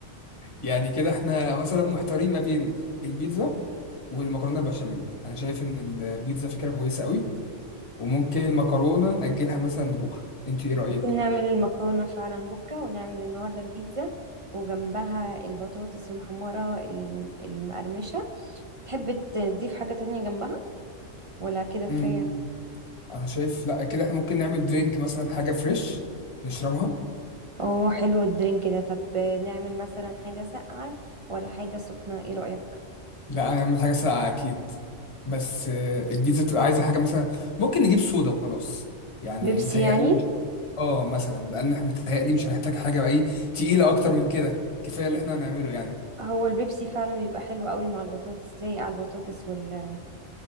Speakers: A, on the left (about 25°); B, on the right (about 30°).
A: <laughs> يعني كده احنا مثلا محتارين ما بين البيتزا والمكرونة البشاميل انا شايف ان البيتزا فكرة كويسة قوي وممكن المكرونة نأجلها مثلا لبكرة انت ايه رأيك؟
B: ممكن نعمل المكرونة فعلا بكرة ونعمل النهاردة البيتزا وجنبها البطاطس المحمرة الم- المقرمشة تحب تضيف حاجة تانية جنبها ولا كده كفاية
A: مم، انا شايف لا كده احنا ممكن نعمل درينك مثلا حاجة فريش نشربها
B: اه حلو الدرينك ده طب نعمل مثلا حاجة ساقعة ولا حاجة سخنة ايه رأيك
A: لا هنعمل حاجة ساقعة أكيد بس آه، البيتزا تبقى عايزة حاجة مثلا ممكن نجيب صودا وخلاص يعني
B: بيبسي
A: متهيألي
B: يعني
A: مش اه مثلا لأن احنا متهيألي مش هنحتاج حاجة بقى ايه تقيلة أكتر من كده كفاية اللي احنا هنعمله يعني
B: هو البيبسي فعلا بيبقى حلو قوي مع البطاطس لايق على البطاطس وال